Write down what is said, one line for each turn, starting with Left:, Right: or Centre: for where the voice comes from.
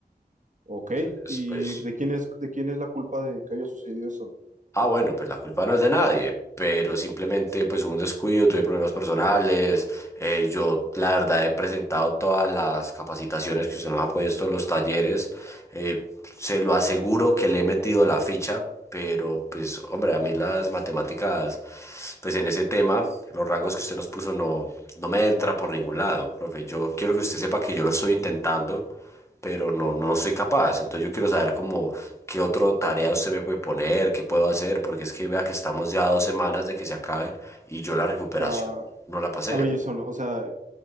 Right: Ok.
Left: Entonces,
Right: ¿Y
Left: Pues,
Right: de quién es, de quién es la culpa de que haya sucedido eso?
Left: Ah, bueno, pues la culpa no es de nadie, pero simplemente pues hubo un descuido, tuve problemas personales, eh, yo la verdad he presentado todas las capacitaciones que usted nos ha puesto, los talleres, eh, se lo aseguro que le he metido la ficha, pero pues hombre, a mí las matemáticas, pues en ese tema, los rangos que usted nos puso no, no me entra por ningún lado, profe, yo quiero que usted sepa que yo lo estoy intentando pero no, no soy capaz. Entonces yo quiero saber como qué otra tarea usted me puede poner, qué puedo hacer, porque es que vea que estamos ya a dos semanas de que se acabe y yo la recuperación
Right: Ah,
Left: no la pasé.
Right: a ver, Jason, o sea,